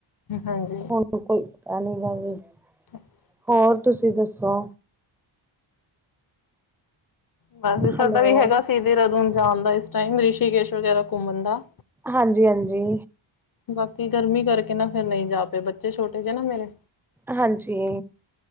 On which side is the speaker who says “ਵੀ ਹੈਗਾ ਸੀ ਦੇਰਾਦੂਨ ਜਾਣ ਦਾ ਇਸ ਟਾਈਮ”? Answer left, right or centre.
Left